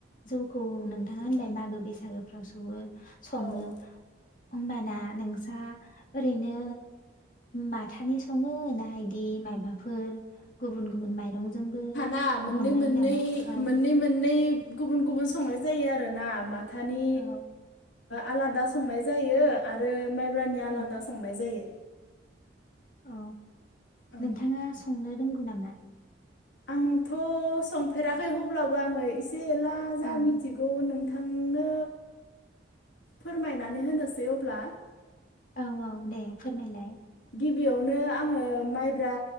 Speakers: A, on the left (about 45°); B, on the left (about 80°).
A: जौखौ नोंथाङा होनबाय मागो बैसागोफ्राव सौवो सङो
B: औ
A: होमबाना नोंस्रा ओरैनो माथानि सङो ना इदि मायबाफोर गुबुन गुबुन माइरंजोंबो
B: आ मोननै
A: बनायो
B: मोननै
A: नामा? औ
B: मोननै मोननै गुबुन गुबुन संनाय जायो आरो ना मा थानि
A: औ
B: आलादा संनाय जायो आरो माइब्रानि आलादा
A: ओं
B: संनाय जायो
A: औ
B: ओं
A: नोंथाङा संनो रोंग गौ नामा
B: आंथ संफेराखै अब्लाबो आङो इसे जेला जा
A: ओं
B: मिथिगौ नों बिथांनो फोरमायनानै होनोसै अब्ला
A: औ औ दे फोरमायलाय
B: गिबियावनो आङो ओ माइब्रा